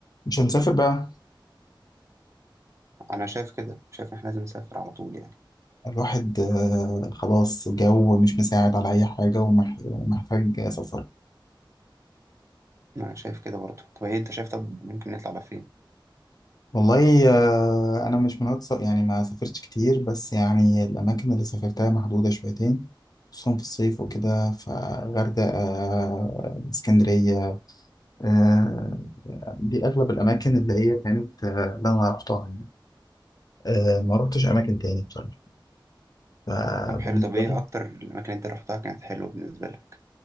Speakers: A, on the left (about 50°); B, on the right (about 35°).
A: مش هنسافر بقى
B: انا شايف كده شايف ان احنا لازم نسافر على طول يعني
A: الواحد آه، خلاص جو مش مساعد على أي حاجة ومح- ومحتاج سفر
B: انا شايف كده برضه طب ايه انت شايف طب ممكن نطلع على فين
A: والله آه، أنا مش من هتص- يعني ما سافرتش كتير بس يعني الأماكن اللي سافرتها محدودة شويتين خصوصا في الصيف وكده فغردقة آه، اسكندرية آه، دي أغلب الأماكن اللي هي كانت آه، اللي أنا رحتها يعني آه، ما رحتش أماكن تاني بصراحة فبالنسبة
B: طب حلو طب ايه
A: لي
B: اكتر الاماكن اللي انت رحتها كانت حلوه بالنسبه لك